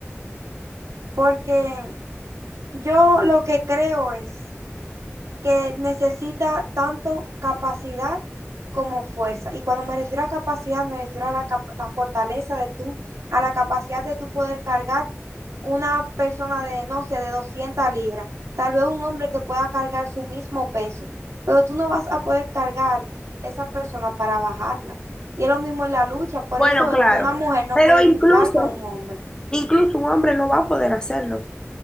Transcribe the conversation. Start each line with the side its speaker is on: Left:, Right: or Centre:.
Right: Porque yo lo que creo es que necesita tanto capacidad como fuerza. Y cuando me refiero a capacidad, me refiero a la, cap- la fortaleza de tú, a la capacidad de tú poder cargar una persona de, no sé, de 200 libras, tal vez un hombre que pueda cargar su mismo peso, pero tú no vas a poder cargar esa persona para bajarla. Y es lo mismo en la lucha, por
Left: Bueno,
Right: eso
Left: claro.
Right: es que una mujer no
Left: Pero
Right: puede
Left: incluso,
Right: luchar con un hombre.
Left: incluso un hombre no va a poder hacerlo.